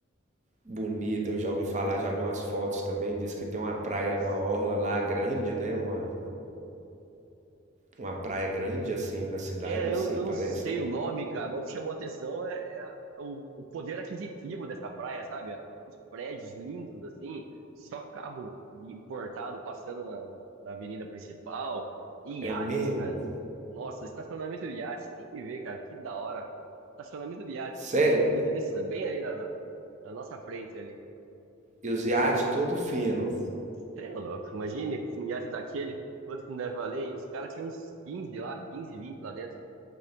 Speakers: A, on the right; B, on the right.
A: Bonito, eu já ouvi falar, já vi umas fotos também. Diz que tem uma praia,
B: Nossa.
A: uma orla lá grande, né? Uma, uma praia grande, assim, na cidade,
B: É,
A: assim,
B: eu, eu
A: parece,
B: não sei
A: né?
B: o nome, cara, mas o que chamou a atenção é, é o, o poder aquisitivo dessa praia, sabe? Os prédios lindos, assim, só carro de- importado passando na, na avenida principal, e
A: É
B: iates,
A: mesmo?
B: cara. eu- Nossa, estacionamento de iates, tem que ver, cara, que da hora. Estacionamento de iates,
A: Sério?
B: acredita nisso? Bem ali na, na, na nossa frente ali.
A: E os iates
B: Achei isso,
A: todo fino.
B: sei é louco, imagine um iate daquele, quanto que não deve valer, e os caras tinham uns 15 lá, 15 20 lá dentro.